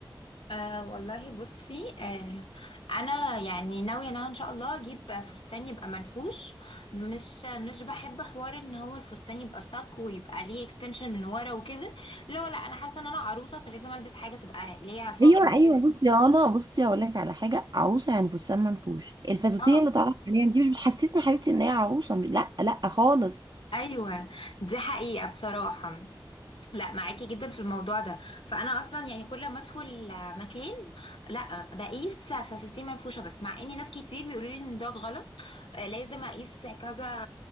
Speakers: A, on the left; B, on the right.
A: أه والله بصي أه انا يعني ناويه ان انا ان شاء الله اجيب فستان يبقى منفوش مش مش بحب حوار ان هو الفستان يبقى صك ويبقى ليه اكستنشن من ورا وكده لا لا انا حاسه ان انا عروسه فلازم البس حاجه تبقى ليها فخمه
B: ايوه ايوه
A: كده
B: بصي يا رنا بصي هقول لك على حاجه عروسه يعني فستان منفوش الفساتين
A: اه
B: اللي طالعه حاليا دي مش بتحسسني حبيبتي ان هي عروسه لا لا خالص
A: ايوه دي حقيقه بصراحه لا معاكي جدا في الموضوع ده فانا اصلا يعني كل ما ادخل مكان لا بقيس فساتين منفوشه بس مع ان ناس كتير بيقولوا لي ان ده غلط آه، لازم اقيس كذا